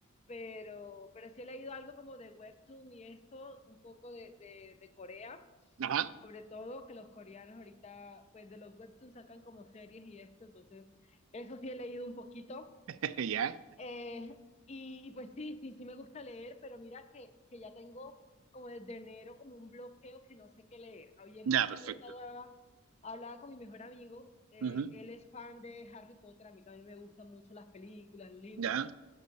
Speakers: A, on the left; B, on the right.
A: pero, pero sí he leído algo como de Webtoon y esto, un poco de, de de Corea.
B: Ajá,
A: sobre todo que los coreanos ahorita, pues de los webtoons sacan como series y esto, entonces eso sí he leído un poquito.
B: <laughs> ya.
A: Eh, y, y, pues sí, sí, sí me gusta leer, pero mira que, que ya tengo como desde enero como un bloqueo que no sé qué leer. Ayer
B: Ya,
A: justamente
B: perfecto.
A: hablaba, hablaba con mi mejor amigo, eh,
B: Ujú,
A: él es fan de Harry Potter, a mí también me gustan mucho las películas, los libros,
B: Ya,